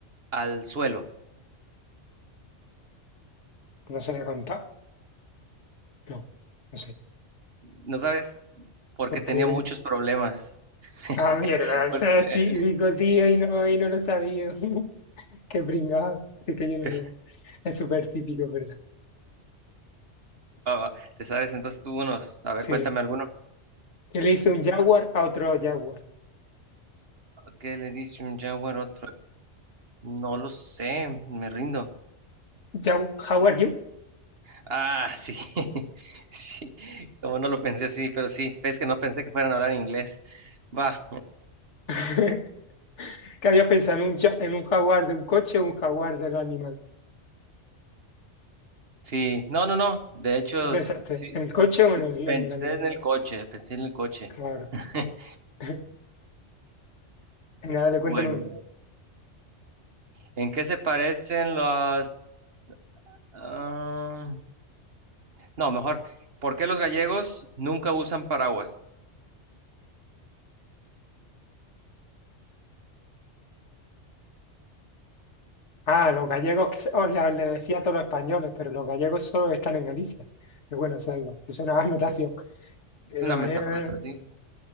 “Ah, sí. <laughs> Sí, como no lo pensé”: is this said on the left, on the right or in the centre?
Right